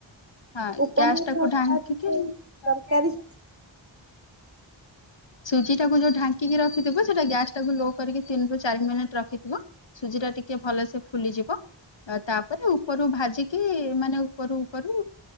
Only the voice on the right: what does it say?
ଉପମା
ତ
ଦରକାର
ଟିକେ ତରକାରୀ